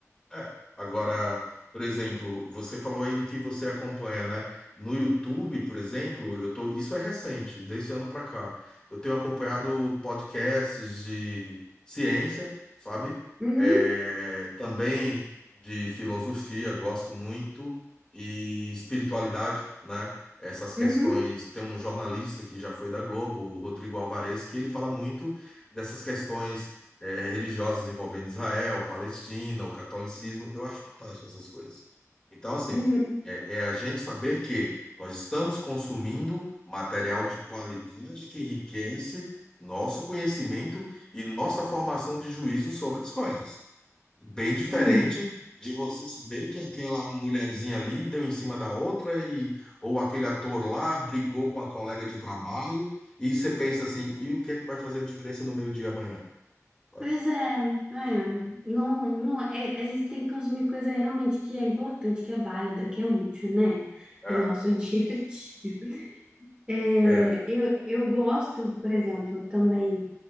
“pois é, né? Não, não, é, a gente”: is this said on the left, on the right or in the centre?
Right